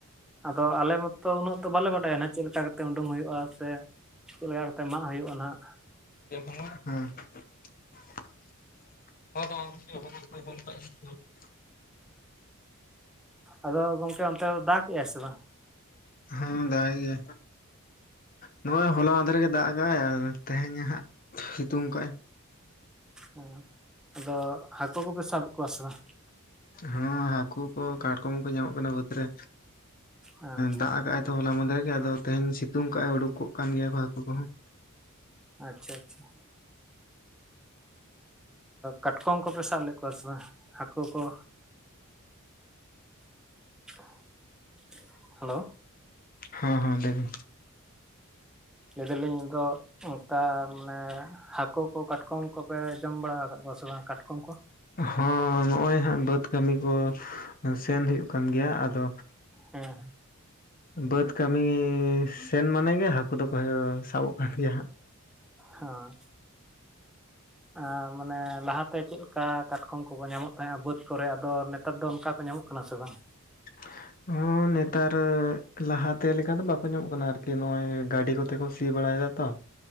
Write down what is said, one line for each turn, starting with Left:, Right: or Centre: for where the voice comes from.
Centre: ᱟᱫᱚ ᱟᱞᱮ ᱢᱚᱛᱚ ᱩᱱᱟᱹᱜ ᱫᱚ ᱵᱟᱞᱮ ᱵᱟᱰᱟᱭᱟ ᱱᱟᱜ ᱪᱮᱫᱞᱮᱠᱟ ᱠᱟ ᱩᱰᱩᱝ ᱦᱩᱭᱩᱜᱼᱟ ᱥᱮ ᱪᱮᱫ ᱞᱮᱠᱟ ᱠᱟᱛᱮ ᱢᱟᱜ ᱦᱩᱭᱩᱜᱼᱟ ᱱᱟᱦᱟᱜ᱾
Left: ᱦᱮᱸ <unintelligible>
Centre: ᱟᱫᱚ ᱜᱚᱝᱠᱮ ᱚᱱᱛᱮ ᱫᱟᱜ ᱮ ᱟᱭ ᱥᱮ ᱵᱟᱝ?
Left: ᱦᱮᱸ ᱫᱟᱜ ᱜᱮᱭᱟᱭ ᱱᱚᱜᱼᱚᱭ ᱦᱚᱞᱟ ᱢᱟᱸᱫᱷᱨ ᱜᱮ ᱫᱟᱜ <inaudible> ᱛᱮᱦᱮᱧᱟ ᱦᱟᱸᱜ ᱥᱤᱛᱩᱝ ᱠᱟᱜᱼᱟᱭ
Centre: ᱦᱮᱸ ᱟᱫᱚ ᱦᱟᱹᱠᱩ ᱠᱚᱯᱮ ᱥᱟᱵᱮ ᱠᱚᱣᱟ ᱥᱮ ᱵᱟᱝ?
Left: ᱦᱮ ᱦᱟᱹᱠᱩ ᱠᱚ ᱠᱟᱴᱠᱚᱢ ᱠᱚ ᱧᱟᱢᱚᱜ ᱠᱟᱱᱟ ᱵᱟᱹᱫᱽ ᱨᱮ
Centre: ᱦᱮᱸ
Left: ᱫᱟᱜ ᱟᱠᱟᱼᱟᱭ᱾ ᱛᱚ ᱦᱚᱞᱟ ᱢᱟᱫᱷᱮᱨ ᱜᱮ ᱟᱫᱚ ᱛᱮᱦᱮᱧ ᱥᱤᱛᱩᱝ ᱠᱟᱜᱼ ᱟᱭ ᱩᱰᱩᱠᱚᱜ ᱠᱟᱱ ᱜᱮᱭᱟ ᱠᱚ ᱦᱟᱹᱠᱩ ᱠᱚᱦᱚᱸ᱾
Centre: ᱟᱪᱷᱟ ᱟᱪᱷᱟ᱾ ᱠᱟᱴᱠᱚᱢ ᱠᱚᱯᱮ ᱥᱟᱵ ᱞᱮᱫ ᱠᱚᱣᱟ ᱥᱮ ᱵᱟᱝ ᱦᱟᱹᱠᱩ ᱠᱚ? <inaudible> ᱦᱮᱞᱳ᱾
Left: ᱦᱚᱸ ᱦᱚᱸ ᱞᱟᱹᱭ ᱢᱮ᱾
Centre: ᱞᱟᱹᱭ ᱫᱟᱞᱤᱧ ᱟᱫ ᱚᱱᱠᱟ ᱢᱟᱱᱮ ᱦᱟᱹᱠᱩ ᱠᱚ ᱠᱟᱴᱠᱚᱢ ᱠᱚᱯᱮ ᱡᱚᱢ ᱵᱟᱲᱟ ᱟᱠᱟᱫ ᱠᱚᱣᱟ ᱥᱮ ᱵᱟᱝ? ᱠᱟᱴᱠᱚᱢ ᱠᱚ᱾
Left: ᱦᱚᱸ ᱱᱚᱜᱼᱚᱭ ᱦᱟᱜ ᱵᱟᱹᱫᱽ᱾ ᱠᱟᱹᱢᱤ ᱠᱚ ᱥᱮᱱ ᱦᱩᱭᱩᱜ ᱠᱟᱱ ᱜᱮᱭᱟ ᱟᱫᱚ᱾
Centre: ᱦᱮᱸ
Left: ᱵᱟᱹᱫᱽ ᱠᱟᱹᱢᱤ ᱥᱮᱱ ᱢᱟᱱᱮ ᱜᱮ ᱦᱟᱹᱠᱩ ᱫᱚᱠᱚ ᱥᱟᱵᱚᱜ ᱠᱟᱱ ᱜᱮᱭᱟ ᱦᱟᱸᱜ᱾
Centre: ᱦᱚᱸ᱾ ᱟ ᱢᱟᱱᱮ ᱞᱟᱦᱟᱛᱮ ᱪᱮᱫᱞᱮᱠᱟ ᱠᱟᱴᱠᱚᱢ ᱠᱚᱠᱚ ᱧᱟᱢᱚᱜ ᱛᱟᱦᱮᱸᱫ-ᱟ ᱵᱟᱹᱫ ᱠᱚᱨᱮ ᱟᱫᱚ ᱱᱮᱛᱟᱨ ᱫᱚ ᱚᱱᱠᱟ ᱠᱚ ᱧᱟᱢᱚᱜ ᱠᱟᱱᱟ ᱠᱟᱱᱟ ᱥᱮ ᱵᱟᱝ?
Left: <unintelligible> ᱦᱚᱸ ᱱᱮᱛᱟᱨ ᱞᱟᱦᱟᱛᱮ ᱞᱮᱠᱟ ᱫᱚ ᱵᱟᱠᱚ ᱧᱟᱢᱚᱜ ᱠᱟᱱᱟ ᱟᱨᱠᱤ ᱱᱚᱜ-ᱚᱭ ᱜᱟᱹᱰᱤ ᱠᱚᱛᱮ ᱠᱚ ᱥᱤ ᱵᱟᱲᱟᱭᱮᱫᱟ ᱛᱚ᱾ <unintelligible>